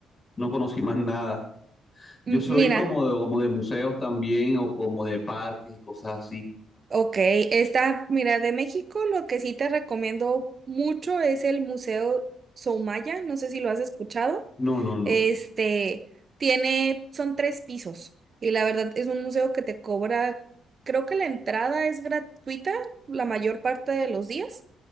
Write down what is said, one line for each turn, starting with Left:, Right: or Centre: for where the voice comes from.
Left: no conocí más nada. Yo
Right: M-
Left: soy
Right: Mira,
Left: como de, como de museos también, o como de parques y cosas así.
Right: ok, esta, mira, de México lo que sí te recomiendo mucho es el Museo Soumaya, no sé si lo has escuchado.
Left: No, no, no.
Right: Este, tiene, son tres pisos y la verdad es un museo que te cobra, creo que la entrada es gratuita la mayor parte de los días.